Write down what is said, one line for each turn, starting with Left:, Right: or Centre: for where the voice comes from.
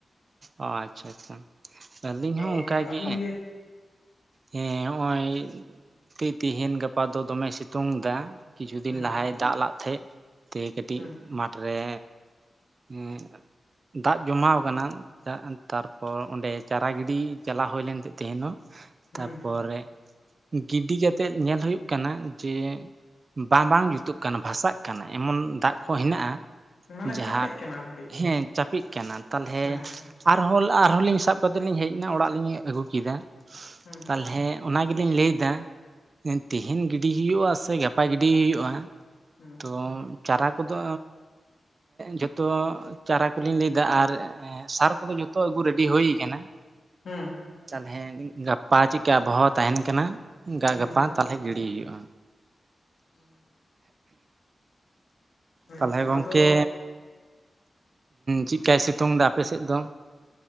Right: ᱚ ᱟᱪᱪᱷᱟ ᱟᱪᱪᱷᱟ ᱟᱹᱞᱤᱧ
Left: ᱟᱫᱚ
Right: ᱦᱚᱸ ᱚᱝᱠᱟ
Left: ᱟᱹᱵᱤᱱ
Right: ᱜᱮ ᱦᱮᱸ ᱦᱚᱜᱼᱚᱭ ᱛᱤ-ᱛᱤᱦᱤᱧ ᱜᱟᱯᱟ ᱫᱚ ᱫᱚᱢᱮ ᱥᱮᱛᱳᱝ ᱫᱟ ᱠᱤᱪᱷᱩ
Left: ᱦᱩᱸ
Right: ᱫᱤᱱ ᱞᱟᱦᱟᱭ ᱫᱟᱜ ᱞᱟᱜ ᱛᱟᱦᱮᱸᱫ ᱛᱮ ᱠᱟᱹᱴᱤᱡ
Left: ᱦᱩᱸ
Right: ᱢᱟᱴ ᱨᱮ, ᱩᱸᱻ ᱫᱟᱜ ᱡᱚᱢᱟᱣ ᱟᱠᱟᱱᱟ ᱾ ᱛᱟᱨᱯᱚᱨ ᱚᱸᱰᱮ ᱪᱟᱨᱟ ᱜᱤᱰᱤ ᱪᱟᱞᱟᱣ ᱦᱳᱭ ᱞᱮᱱ ᱛᱮ, ᱛᱟᱦᱮᱱᱚᱜ
Left: ᱦᱩᱸ
Right: ᱛᱟᱯᱚᱨᱮ ᱜᱤᱰᱤ ᱠᱟᱛᱮᱜ ᱧᱮᱞ ᱦᱩᱭᱩᱜ ᱠᱟᱱᱟ ᱡᱮᱼᱼ ᱵᱟᱝ ᱵᱟᱝ ᱡᱩᱛᱩᱜ ᱠᱟᱱᱟ ᱵᱷᱟᱥᱟᱜ ᱠᱟᱱᱟ ᱮᱢᱚᱱ ᱫᱟᱜ ᱠᱚ ᱦᱮᱱᱟᱜᱼᱟ᱾
Left: ᱢᱟᱱᱮ
Right: ᱡᱟᱦᱟᱸᱠ
Left: ᱪᱟᱯᱮᱜ ᱠᱟᱱᱟ ᱟᱨᱠᱤ
Right: ᱦᱮᱸ ᱪᱟᱯᱮᱜ ᱠᱟᱱᱟ ᱛᱟᱞᱚᱦᱮᱼᱼ
Left: ᱦᱮᱸ ᱦᱮᱸ
Right: ᱟᱨᱦᱚᱸ ᱟᱨᱦᱚᱸ ᱞᱤᱧ ᱥᱟᱵ ᱠᱟᱛᱮᱫ ᱞᱤᱧ ᱦᱮᱡ ᱮᱱᱟ ᱚᱲᱟᱜ ᱞᱤᱧ ᱟᱹᱜᱩ ᱠᱮᱫᱟᱼᱼ
Left: ᱦᱮᱸ
Right: ᱛᱟᱦᱚᱞᱮ ᱚᱱᱟ ᱜᱮᱞᱤᱧ ᱞᱟᱹᱭ ᱮᱫᱟ ᱛᱮᱦᱤᱧ ᱜᱤᱰᱤ ᱦᱩᱭᱩᱜᱼᱟ ᱥᱮ ᱜᱟᱯᱟ ᱜᱤᱰᱤᱭ ᱦᱩᱭᱩᱜᱼᱟ
Left: ᱦᱩᱸ
Right: ᱛᱚᱼᱼ ᱪᱟᱨᱟ ᱠᱚᱫᱚ ᱡᱚᱛᱚ ᱪᱟᱨᱟ ᱠᱚᱞᱤᱧ ᱞᱟᱹᱭᱫᱟ ᱟᱨ ᱥᱟᱨᱼᱼ ᱳᱱᱟ ᱡᱚᱛᱚ ᱟᱹᱜᱩ ᱨᱮᱰᱤ ᱦᱩᱭ ᱟᱠᱟᱱᱟ᱾
Left: ᱦᱮᱸ
Right: ᱛᱟᱦᱚᱞᱮ ᱜᱟᱯᱟ ᱪᱮᱫᱠᱟ ᱟᱵᱚᱦᱟᱣᱟ ᱛᱟᱦᱮᱱ ᱠᱟᱱᱟ ᱜᱟ
Left: ᱦᱩᱸ
Right: ᱜᱟᱯᱟ
Left: ᱦᱩᱸ
Right: ᱛᱟᱞᱚᱦᱮ ᱜᱤᱲᱤ ᱦᱩᱭᱩᱜᱼᱟ᱾
Left: <inaudible>
Right: ᱛᱟᱦᱚᱞᱮ
Left: ᱟᱪᱪᱷᱟ
Right: ᱜᱚᱝᱠᱮ
Left: ᱟᱫᱚ
Right: ᱪᱮᱫᱠᱟᱭ ᱥᱤᱛᱩᱝ ᱮᱫᱟ ᱟᱯᱮᱥᱮᱫ ᱫᱚ?